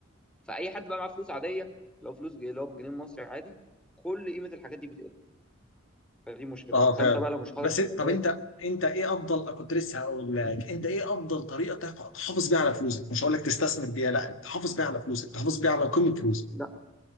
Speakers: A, in the centre; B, on the left.
A: فاي حد بقى معاه فلوس عاديه لو فلوس جي- اللي هو بالجنيه المصري عادي كل قيمه الحاجات دي بتقل فدي مشكله
B: اه فعلا
A: فانت بقى لو مش حاطط
B: بس
A: شهادات
B: انت طب انت انت ايه افضل كنت لسه هقول لك انت ايه افضل طريقه تحف- تحافظ بيها على فلوسك مش هقول لك تستثمر بيها لا انت تحافظ بيها على فلوسك تحافظ بيها على قيمه فلوسك
A: لا